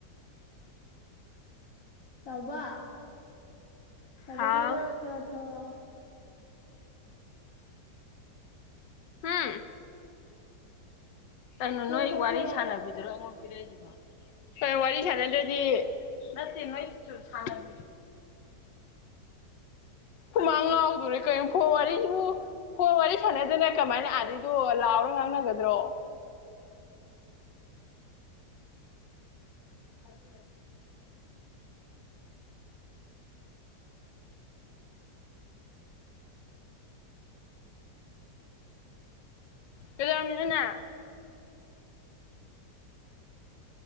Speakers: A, on the left; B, on the left.
A: ꯆꯕꯥ ꯁꯕ
B: ꯍꯥꯎ
A: ꯈꯔꯗ ꯆꯊꯔ
B: ꯍꯝ ꯀꯩꯅꯣ
A: ꯈꯔ
B: ꯅꯣꯏ
A: ꯆꯠꯊꯣꯔꯛꯑꯣ
B: ꯋꯥꯔꯤ ꯁꯥꯟꯅꯕꯤꯗ꯭ꯔꯣ ꯑꯩꯉꯣꯟꯗ ꯋꯥꯔꯤ ꯁꯥꯟꯅꯗ꯭ꯔꯗꯤ ꯅꯠꯇꯦ ꯅꯣꯏꯅ ꯍꯨꯃꯥꯡ ꯉꯥꯎꯗꯣꯔꯦ ꯀꯔꯤꯨꯝꯐꯥꯎ ꯋꯥꯔꯤꯁꯨ ꯐꯣꯟ ꯋꯥꯔꯤ ꯁꯥꯟꯅꯗꯅ ꯀꯃꯥꯏꯅ ꯑꯥꯔꯤꯗꯨꯣ ꯂꯥꯛꯑꯣꯔ ꯉꯥꯡꯅꯒꯗ꯭ꯔꯣ ꯑꯗꯨ ꯀꯂ ꯑꯃꯗꯕꯅ